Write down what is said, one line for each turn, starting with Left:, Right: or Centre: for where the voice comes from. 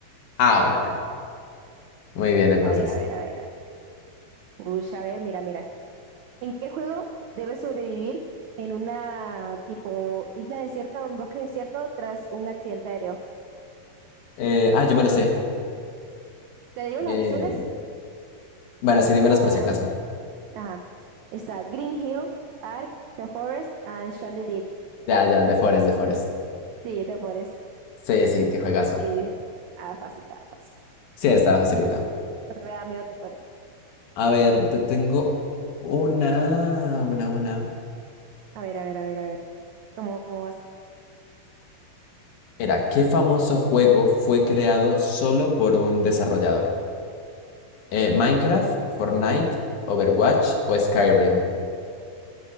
Left: Ah, bueno, bueno, muy bien, entonces.
Right: A ver, a ver, a ver, a ver. Uy, a ver, mira, mira este. ¿En qué juego debes sobrevivir en una tipo isla desierta o un bosque desierto tras un accidente aéreo?
Left: Eh, ah, yo me lo sé.
Right: ¿Te digo
Left: Eh,
Right: las opciones?
Left: bueno, sí, dímelos
Right: O,
Left: por si acaso.
Right: ajá, está Green Hill, Ark, The Forest, and Shaun the Deep.
Left: Ya, ya, de Forest, de Forest.
Right: Sí, The Forest.
Left: Sí, sí, qué juegazo.
Right: Sí, ah, fácil, ah, fácil.
Left: Sí, estaba facilitado.
Right: A mí me da miedo The Forest.
Left: A ver, te tengo una, una, una.
Right: A ver, a ver, a ver, a ver. ¿Cómo, cómo va a ser?
Left: Mira, ¿qué famoso juego fue creado solo por un desarrollador? Eh, ¿Minecraft, Fortnite, Overwatch o Skyrim?